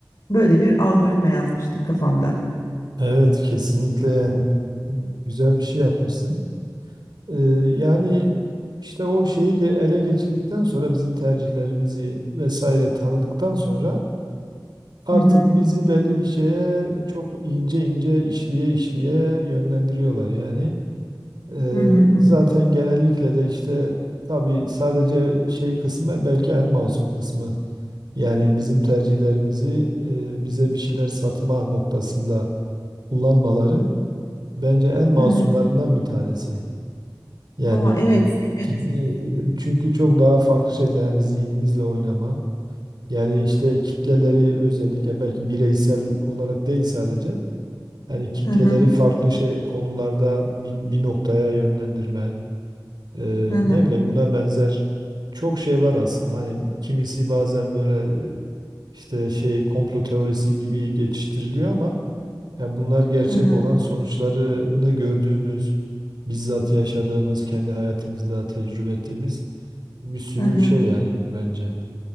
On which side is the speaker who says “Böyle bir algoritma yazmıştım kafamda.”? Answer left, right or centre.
Left